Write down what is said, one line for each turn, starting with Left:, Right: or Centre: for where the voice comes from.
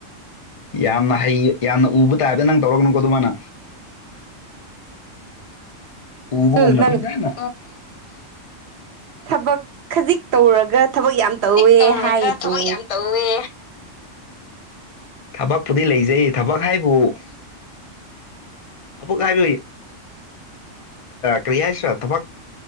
Left: ꯌꯥꯝꯅ ꯍꯩ ꯌꯥꯝꯅ ꯎꯕ ꯇꯥꯕꯗꯤ ꯅꯪ ꯇꯧꯔꯒꯅꯨꯀꯣ ꯑꯗꯨꯃꯅ ꯎꯕ
Right: ꯑꯣꯏꯁꯨ
Left: ꯀꯅ
Right: ꯅꯪ
Left: ꯐꯅ
Right: ꯊꯕꯛ ꯈꯖꯤꯛ ꯇꯧꯔꯒ ꯊꯕꯛ ꯌꯥꯝ ꯇꯧꯋꯦ
Left: ꯇꯧꯔ
Right: ꯍꯥꯏꯗꯨ
Left: ꯇꯧꯋꯦ ꯊꯕꯛꯄꯨꯗꯤ ꯂꯩꯖꯩ ꯊꯕꯛ ꯍꯥꯏꯕꯨ ꯊꯕꯛ ꯍꯥꯏꯕꯤ ꯀꯔꯤ ꯍꯥꯏꯁꯤꯔ ꯊꯕꯛ